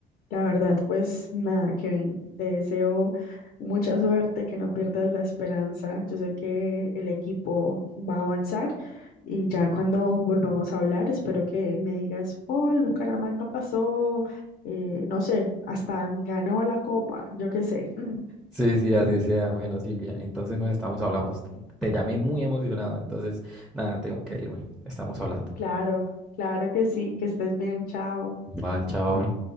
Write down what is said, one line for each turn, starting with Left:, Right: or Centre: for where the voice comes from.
Left: La verdad, pues nada, Kevin, te deseo mucha suerte, que no pierdas la esperanza. Yo sé que el equipo va a avanzar y ya cuando volvamos a hablar, espero que me digas, oh, el Bucaramanga pasó, eh, no sé, hasta ganó la copa, yo qué sé. <laughs>
Centre: Sí, sí, así sea. Bueno, Silvia, entonces nos estamos hablando. Te llamé muy emocionado, entonces nada, tengo que irme. Estamos hablando.
Left: Claro, claro que sí, que estés bien, chao.
Centre: Vale, chao.